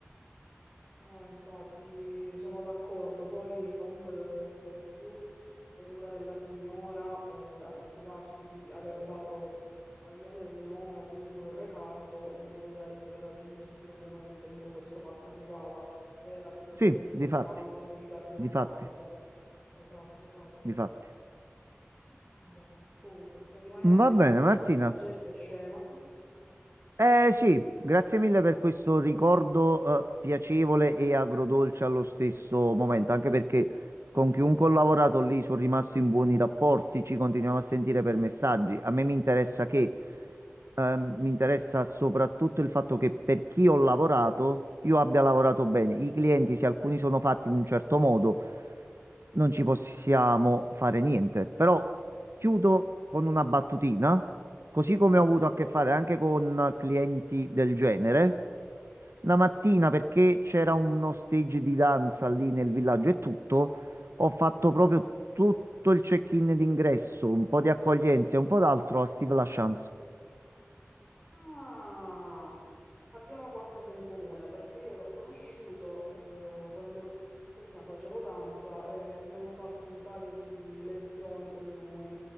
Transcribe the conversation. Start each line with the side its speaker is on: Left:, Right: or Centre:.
Centre: No, no, infatti sono d'accordo. Poi comunque doveva essere più premura della signora eh, assicurarsi di aver dato almeno il nome o comunque un recapito in modo da essere raggiungibile nel momento in cui questo pacco arrivava, se era proprio
Right: Sì,
Centre: così importante,
Right: difatti,
Centre: di vitale importanza.
Right: difatti,
Centre: Esatto, esatto.
Right: difatti.
Centre: Vabbè, comunque, per rimanere nell'ambito
Right: Va bene, Martina.
Centre: della gente scema. <laughs>
Right: Eh sì, grazie mille per questo ricordo eh, piacevole e agrodolce allo stesso momento, anche perché con chiunque ho lavorato lì sono rimasto in buoni rapporti, ci continuiamo a sentire per messaggi. A me mi interessa che, ehm, mi interessa soprattutto il fatto che per chi ho lavorato, io abbia lavorato bene. I clienti, se alcuni sono fatti in un certo modo, non
Centre: Sì,
Right: ci possiamo fare niente. Però chiudo
Centre: certo.
Right: con una battutina. Così
Centre: Sì,
Right: come
Centre: dimmi.
Right: ho avuto a che fare anche con clienti del genere. La mattina,
Centre: Sì,
Right: perché c'era uno stage di danza lì nel villaggio e tutto, ho fatto
Centre: sì.
Right: proprio tutto il check-in d'ingresso, un po' di accoglienza e un po' d'altro a Steve LaChance.
Centre: Ah! Abbiamo qualcosa in comune perché io l'ho conosciuto eh, quando ero più piccolina, facevo danza e abbiamo fatto un paio di lezioni con lui.